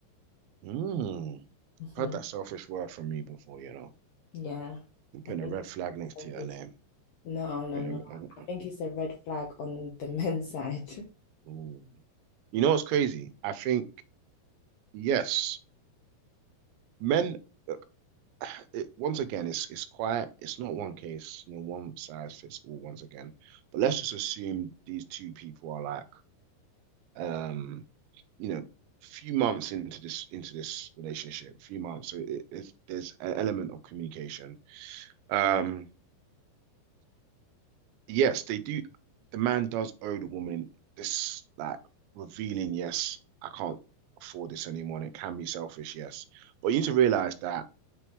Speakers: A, on the right; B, on the left.
A: Mm.
B: hmm
A: Heard that selfish word from you before, you know.
B: yeah
A: I'm putting
B: I think
A: a red
B: it's
A: flag next
B: selfish
A: to your name.
B: no no
A: Putting
B: no
A: a, I'm-
B: I
A: I'm-
B: think it's a red flag on the men's side
A: ooh. You know what's crazy? I think, yes, men, <sighs> it, once again, it's it's quiet. It's not one case, you know, one size fits all once again. But let's just assume these two people are like, um, you know, few months into this into this relationship, few months. So it, it's, there's an element of communication. Um, yes, they do. The man does owe the woman this, like revealing, yes, I can't afford this anymore. And it can be selfish, yes. But you need to realize that